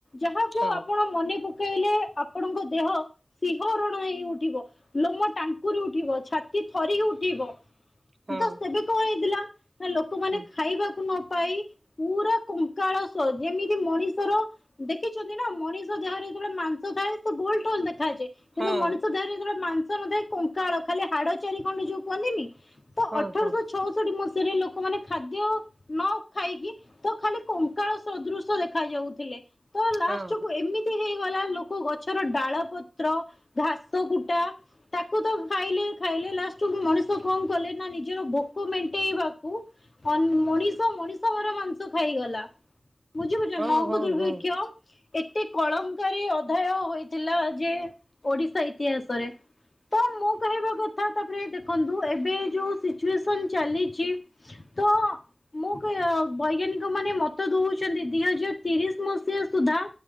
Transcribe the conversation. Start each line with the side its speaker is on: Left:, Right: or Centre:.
Left: ଯାହା
Right: ହଁ।
Left: ଆପଣ ମନେ ପକାଇଲେ, ଆପଣଙ୍କ ଦେହ ସିହରଣ ହେଇ ଉଠିବ, ଲୋମ ଟାଙ୍କୁରି ଉଠିବ, ଛାତି ଥରି ଉଠିବ।
Right: ହଁ ହଁ
Left: ତ ସେବେ କଣ ହେଇଥିଲା, ନା ଲୋକମାନେ
Right: ହୁଁ
Left: ଖାଇବାକୁ ନ ପାଇ ପୁରା କଙ୍କାଳସ ଯେମିତି ମଣିଷର ଦେଖିଛନ୍ତି ନା। ମଣିଷ ଦେହରେ ଯେତେବେଳେ ମାଂସ ଥାଏ, ସେ ଗୋଲ ଠୋଲ ଦେଖାଯାଏ କିନ୍ତୁ,
Right: ହଁ
Left: ମଣିଷ ଦେହରେ ଯେତେବେଳେ ମାଂସ ନଥାଏ। କଙ୍କାଳ ଖାଲି, ହାଡ ଚାରି ଖଣ୍ଡ ଯୋଉ କୁହନ୍ତିନି ତ
Right: ହଁ
Left: ଅଠରଶହ
Right: ହଁ
Left: ଛଅଷଠି ମସିହାରେ ଲୋକମାନେ ଖାଦ୍ୟ ନ ଖାଇକି, ତ ଖାଲି କଙ୍କାଳ ସଦୃଶ ଦେଖା ଯାଉଥିଲେ। ତ ଲାଷ୍ଟକୁ
Right: ହଁ
Left: ଏମିତି ହେଇଗଲା, ଲୋ କୋ ଗଛର ଡାଳ, ପତ୍ର, ଘାସ, କୁଟା, ତାକୁ ତ ଖାଇଲେ ହି ଖାଇଲେ, ଲାଷ୍ଟକୁ ମଣିଷ କଣ କଲେ ନା ନିଜର ଭୋକ ମେଣ୍ଟେଇବାକୁ, ଅନ ମଣି ଷ ମଣିଷ ମରା ମାଂସ ଖାଇଗଲା। ବୁଝି ପାରୁଛନ୍ତି
Right: ହଁ
Left: ନଅଙ୍କ
Right: ହଁ ହଁ ହଁ
Left: ଦୁର୍ଭିକ୍ଷ ଏତେ କଳଙ୍କାରି ଅଧ୍ୟାୟ ହୋଇଥିଲା ଯେ, ଓଡିଶା ଇତିହାସରେ। ତ ମୁଁ କହିବା କଥା, ତାପରେ ଦେଖନ୍ତୁ ଏବେ ଯୋଉ ସିଚୁଏସନ ଚାଲିଛି ତ ମୁଁ କି ଆଉ ବୈଜ୍ଞାନିକ ମାନେ ମତ ଦଉଛନ୍ତି ଦି ହଜାର ତିରିଶ ମସିହା ସୁଦ୍ଧା